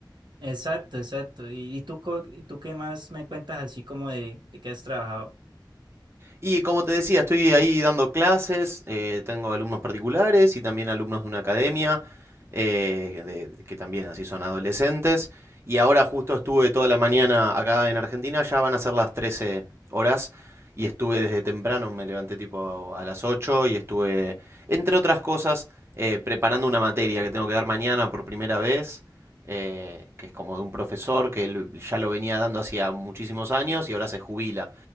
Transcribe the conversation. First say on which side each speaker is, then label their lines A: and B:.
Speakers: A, on the right; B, on the right.
A: Exacto, exacto. ¿Y, y tú, co- y tú qué más me cuentas así como de, de que has trabajado?
B: Y como te decía, estoy ahí dando clases, eh, tengo alumnos particulares y también alumnos de una academia, eh, de- que también así son adolescentes. Y ahora justo estuve toda la mañana acá en Argentina, ya van a ser las 13 horas y estuve desde temprano, me levanté tipo a las 8 y estuve, entre otras cosas, eh, preparando una materia que tengo que dar mañana por primera vez, eh, que es como de un profesor que él ya lo venía dando hacía muchísimos años y ahora se jubila.